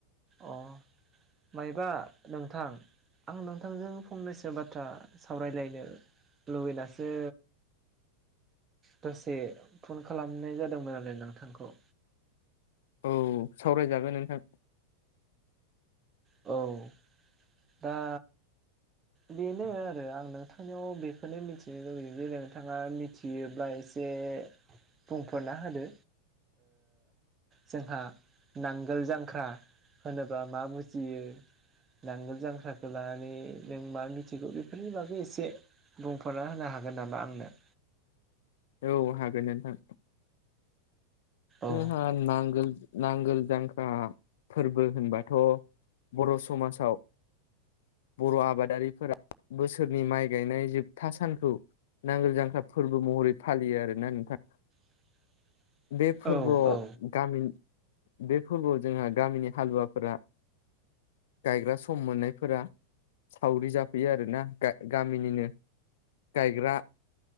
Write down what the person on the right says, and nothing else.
अ मायबा नोंथां आं नोंथांजों फंनैसो बाथ्रा सावरायलायनो। लुबैनासो। दसे फन खालामनाय जादोंमोन नालाय नोंथांखौ
औ। दा। बेनो आरो आं नोंथांनियाव बेखौनो मिथिनो लुबैयो जेरै नोंथाङा थियोब्ला एसे बुंफोरना होदो जोंहा नांगोल जांख्रा होनोबा मा बुजियो नांगोल जांख्राखौ लानानै नों मा मिथिगौ बेफोरनि बागै एसे बुंफोर'ना होनो हागोन नामा आंनो
औ
<inaudible>
औ